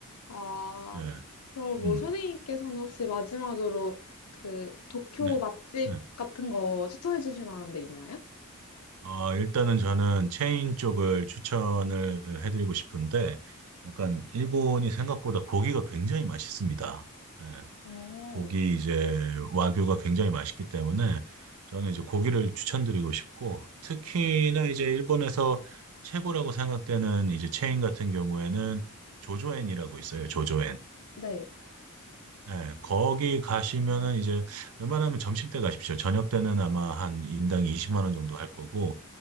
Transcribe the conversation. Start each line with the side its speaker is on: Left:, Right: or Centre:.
Left: 아,
Right: 예,
Left: 그럼 뭐
Right: 음,
Left: 선생님께서는 혹시 마지막으로 그 도쿄
Right: 네,
Left: 맛집
Right: 네.
Left: 같은 거 추천해 주실 만한 데 있나요?
Right: 어, 일단은 저는 체인 쪽을 추천을 해드리고 싶은데, 약간 일본이 생각보다 고기가 굉장히 맛있습니다. 예,
Left: 어,
Right: 고기 이제 와규가 굉장히 맛있기 때문에 저는 이제 고기를 추천드리고 싶고, 특히나 이제 일본에서 최고라고 생각되는 이제 체인 같은 경우에는 조조엔이라고 있어요. 조조엔.
Left: 네.
Right: 예, 거기 가시면은 이제 웬만하면 점심 때 가십시오. 저녁 때는 아마 한 인당 20만 원 정도 할 거고